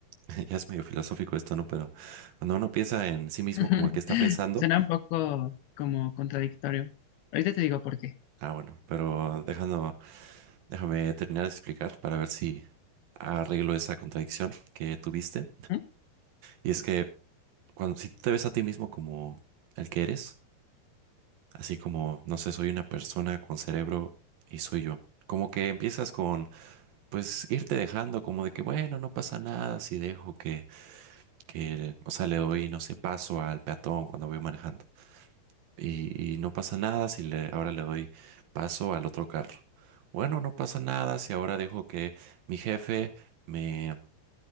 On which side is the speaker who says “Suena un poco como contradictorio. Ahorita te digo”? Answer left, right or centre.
Left